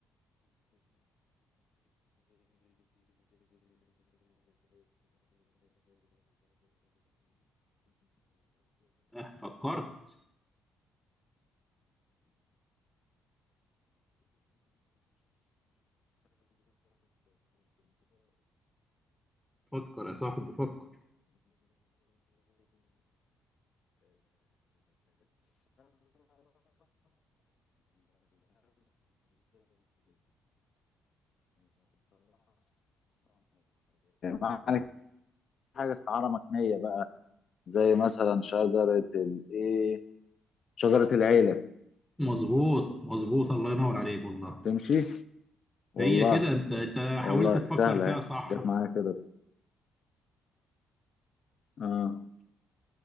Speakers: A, in the centre; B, on the left.
A: أه فكرت فكر يا صاحبي فكر
B: معنى حاجه استعاره مكنيه بقى زي مثلا شجرة الايه شجرة العيلة
A: مظبوط مظبوط الله ينور عليك والله
B: تمشي
A: هي
B: والله
A: كده انت انت حاولت
B: والله
A: تفكر
B: سهلة
A: فيها
B: اهي
A: صح
B: جت
A: بقى
B: معايا كده اه